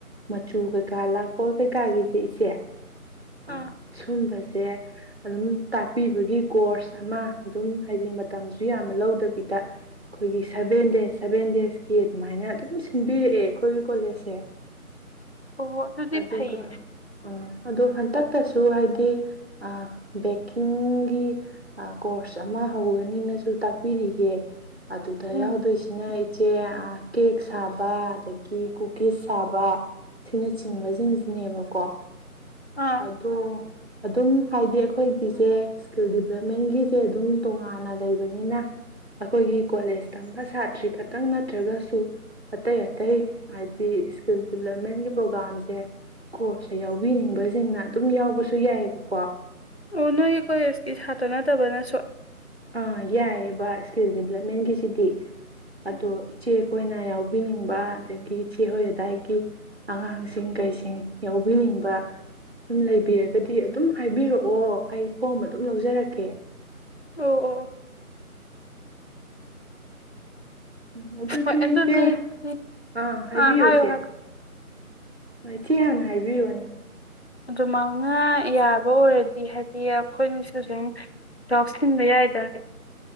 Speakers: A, on the right (about 45°); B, on the left (about 45°).
A: ꯃꯆꯨꯒ ꯀꯀꯥ ꯂꯥꯛꯄ ꯀꯩꯀꯥꯒꯤꯁꯦ ꯏꯆꯦ ꯑ
B: ꯑꯥ
A: ꯁꯣꯝꯕꯁꯤ ꯁꯦ ꯑꯗꯨꯝ ꯇꯥꯛꯄꯤꯕꯒꯤ ꯀꯣꯔꯁ ꯑꯃ ꯑꯗꯨꯝ ꯍꯥꯏꯗꯤ ꯃꯇꯝꯁꯨ ꯌꯥꯝꯅ ꯂꯧꯗꯕꯤꯗ ꯑꯩꯈꯣꯏꯒꯤ ꯁꯚꯦꯟ ꯗꯦꯖ ꯁꯚꯦꯟ ꯗꯦꯖꯀꯤ ꯑꯗꯨꯃꯥꯏꯅ ꯑꯗꯨꯝ ꯁꯤꯟꯕꯤꯔꯛꯑꯦ ꯑꯩꯈꯣꯏꯒꯤ ꯀꯣꯂꯦꯖꯁꯦ
B: ꯑꯣꯍꯣ ꯑꯗꯨꯗꯤ
A: ꯑꯗꯨꯒ
B: ꯐꯩꯌꯦ
A: ꯎꯝ ꯑꯗꯣ ꯍꯟꯇꯛꯇꯁꯨ ꯍꯥꯏꯗꯤ ꯑ ꯕꯦꯡꯀꯤꯡꯒꯤ ꯀꯣꯔꯁ ꯑꯃ ꯍꯧꯒꯅꯤꯅꯁꯨ ꯇꯥꯛꯄꯤꯔꯤꯌꯦꯦ ꯑꯗꯨꯗ
B: ꯎꯝ
A: ꯌꯥꯎꯗꯣꯏꯁꯤꯅ ꯏꯆꯦ ꯀꯦꯛ ꯁꯥꯕ ꯑꯗꯒꯤ ꯀꯨꯀꯤꯁ ꯁꯥꯕ ꯁꯤꯅ ꯆꯤꯡꯕꯁꯤꯡꯁꯤꯅꯦꯕꯀꯣ
B: ꯑꯥ
A: ꯑꯗꯣ ꯑꯗꯨꯝ ꯍꯥꯏꯗꯤ ꯑꯩꯈꯣꯏꯒꯤꯁꯦ ꯏꯁꯀꯤꯜ ꯗꯤꯚꯂꯞꯃꯦꯟꯒꯤꯁꯦ ꯑꯗꯨꯝ ꯇꯣꯉꯥꯟꯅ ꯂꯩꯕꯅꯤꯅ ꯑꯩꯈꯣꯏꯒꯤ ꯀꯣꯂꯦꯖ ꯇꯝꯕ ꯁꯥꯇ꯭ꯔꯤ ꯈꯛꯇꯪ ꯅꯠꯇ꯭ꯔꯒꯁꯨ ꯑꯇꯩ ꯑꯇꯩ ꯍꯥꯏꯗꯤ ꯏꯁꯀꯤꯜ ꯗꯤꯚꯂꯞꯃꯦꯟꯒꯤ ꯄ꯭ꯔꯣꯒꯥꯝꯁꯦ ꯀꯣꯔꯁꯁꯦ ꯌꯥꯎꯕꯤꯅꯤꯡꯕꯁꯤꯡꯅ ꯑꯗꯨꯝ ꯌꯥꯎꯕꯁꯨ ꯌꯥꯏꯑꯕꯀꯣ
B: ꯑꯣ ꯅꯣꯏꯒꯤ ꯀꯣꯂꯦꯖꯀꯤ ꯁꯥꯇ꯭ꯔ ꯅꯠꯇꯕꯅꯁꯨ
A: ꯑꯥ ꯌꯥꯏꯑꯕ ꯏꯁꯀꯤꯜ ꯗꯦꯕꯂꯞꯃꯦꯟꯒꯤꯁꯤꯗꯤ
B: ꯎꯝ
A: ꯑꯗꯣ ꯏꯆꯦ ꯑꯩꯈꯣꯏꯅ ꯌꯥꯎꯕꯤꯅꯤꯡꯕ ꯑꯗꯒꯤ ꯆꯍꯣꯏ ꯑꯗꯥꯏꯒꯤ ꯑꯉꯥꯡꯁꯤꯡ ꯀꯩꯁꯤꯡ ꯌꯥꯎꯕꯤꯅꯤꯡꯕ ꯁꯨꯝ ꯂꯩꯕꯤꯔꯒꯗꯤ ꯑꯗꯨꯝ ꯍꯥꯏꯕꯤꯔꯛꯑꯣ ꯑꯩ ꯐꯣꯝ ꯑꯗꯨꯝ ꯂꯧꯖꯔꯛꯀꯦ
B: ꯑꯣ ꯑꯣ
A: ꯎꯝ ꯑꯗꯨꯗꯤ
B: ꯍꯣꯏ
A: ꯏꯆꯦ
B: ꯎꯝ,
A: ꯑꯥ ꯍꯥꯏꯕꯤꯌꯨ
B: ꯍꯥꯏꯌꯣ
A: ꯏꯆꯦ
B: ꯍꯥꯏꯌꯣ
A: ꯏꯆꯦ ꯍꯥꯟꯅ ꯍꯥꯏꯕꯤꯌꯨꯅꯦ
B: ꯑꯗꯨ ꯃꯥꯥꯏꯅ ꯌꯥꯕ ꯑꯣꯏꯔꯗꯤ ꯍꯥꯏꯗꯤ ꯑꯩꯈꯣꯏꯅꯁꯨ ꯑꯗꯨꯝ ꯌꯥꯎꯁꯤꯟꯕ ꯌꯥꯏꯗꯔꯦ